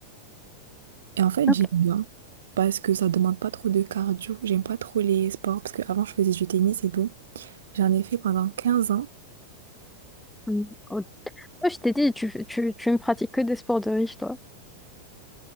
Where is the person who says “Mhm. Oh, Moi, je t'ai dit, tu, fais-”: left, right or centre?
Centre